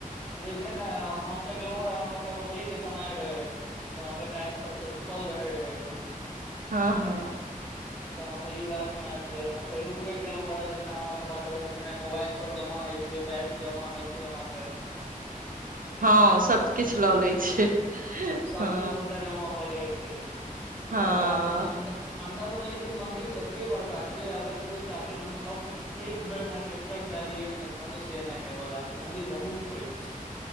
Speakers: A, in the centre; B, on the right.
A: जे छै ने हम तऽ गेलहुं रहे अहाँके रौदे के समय रहे। तऽ अहाँके टाइल् सब िपल रहे रहे ओहिमे,
B: हँ हँ।
A: <inaudible> तऽ हमरे वएह सम आबि गेल हम पहिलुक बेर गेलों रहे जे हमरा पता चलल जे नहि मोबाइल सब जमा होइ छै। बेलट जमा होइ छै अहाँके।
B: हँ सब किछु लऽ लै छै,
A: सभकिछु
B: हँ
A: ओतय जमा भऽ जाइ छै
B: हँ
A: तकर बाद फेर अन्दर। अंन्दर में लेकिन मंदिर एते बड़का छै अगर केओ चाहते जे हम सब किछु एक बेर में छै। लिय नहि हे मंदिर बहुत पैघ। छै